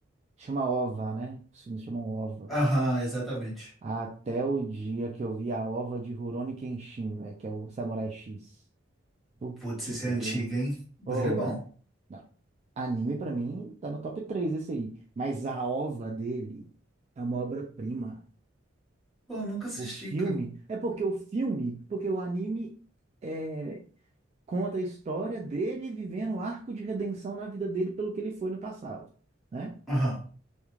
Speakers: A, on the right; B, in the centre.
A: chama OVA, né? Os filmes chamam OVAs.
B: aham, exatamente.
A: Até o dia que eu vi a OVA de Rurouni Kenshin, velho, que é o Samurai X. Putz,
B: Putz, esse é antigo,
A: grilo.
B: hein? Mas
A: Oh,
B: ele é bom.
A: não. Anime pra mim tá no top 3 esse aí. Mas a ova dele é uma obra-prima.
B: Pô, eu nunca assisti,
A: O filme
B: cara.
A: é porque o filme, porque o anime é, conta a história dele vivendo o arco de redenção na vida dele pelo que ele foi no passado, né?
B: Aham.